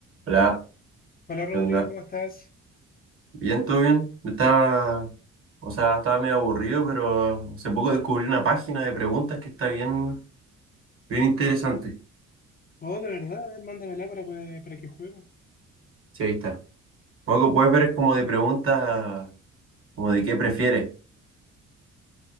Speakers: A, on the right (about 45°); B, on the left (about 30°).
A: Hola,
B: Hola Rodri,
A: ¿qué onda?
B: ¿cómo estás?
A: Bien, todo bien. Me Estaba, o sea, estaba medio aburrido, pero hace poco descubrí una página de preguntas que está bien, bien interesante.
B: Oh, de verdad, a ver, mándamela para, que- para que juguemos.
A: Sí, ahí está. Algo que puedes ver es como de preguntas, como de qué prefieres.